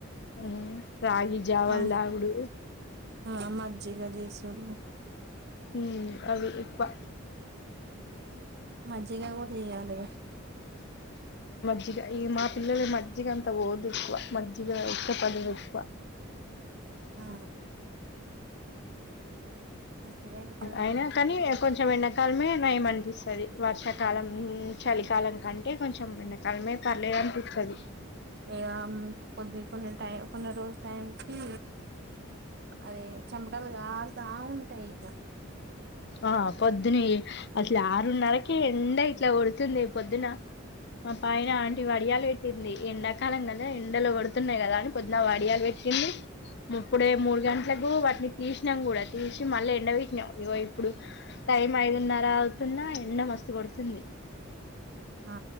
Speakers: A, on the left; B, on the right.
A: ఉమ్ రాగి జావలు
B: ఆ
A: తాగుడు
B: ఆ మజ్జిగ చేసుడు
A: హ్మ్ అవి ఎక్కువ
B: మజ్జిగ గూడ చెయ్యాలి ఇగ
A: జ్జిగ ఇగ మా పిల్లొల్లకి మజ్జిగ అంత పోదు ఎక్కువ మజ్జిగ ఇష్టపడరెక్కువ
B: ఆ మజ్జిగ ఇబ్బంది
A: అయినా
B: అయితది
A: కానీ కొంచెం ఎండాకాలమే నయం అనిపిస్తది వర్షాకాలం హ్మ్ చలికాలం కంటే కొంచెం ఎండాకాలమే పర్లేదనిపిత్తది
B: ఇగ మ్మ్ కొద్ది కో టైం కొన్ని రోజు టైం కి అదే చెమటలు కారతా ఉంటాయి ఇగ
A: ఆ పొద్దునే అసలు ఆరున్నరకే ఎండ ఇట్ల కొడుతుంది పొద్దున మా పైన ఆంటి వడియాలు పెట్టింది ఎండాకాలం కదా ఎండలు కొడుతున్నయి కదా అని పొద్దున్న వడియాలు పెట్టింది ముప్పుడే మూడు గంటలకు వాటిని తీషినం కూడా తీషి మళ్ళ ఎండ పెట్టినం ఇగో ఇ ప్పుడు టైం ఐదున్నర అవుతున్నా ఎండ మస్తు కొడుతుంది
B: ఆ